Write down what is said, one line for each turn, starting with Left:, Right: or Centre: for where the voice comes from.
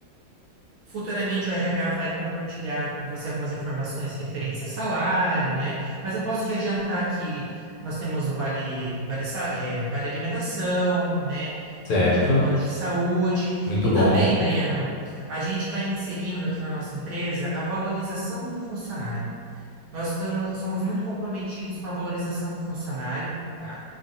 Right: Futuramente o RH vai compartilhar com você algumas informações referentes a salário, né? Mas eu posso te adiantar que nós temos o Vale, vale, Sa- é, Vale Alimentação, né?
Left: certo?
Right: A gente tem o plano de saúde.
Left: Muito
Right: E
Left: bom.
Right: também, Breno, a gente está inserindo aqui na nossa empresa a valorização do funcionário. Nós estamos, somos muito comprometidos com a valorização do funcionário, tá?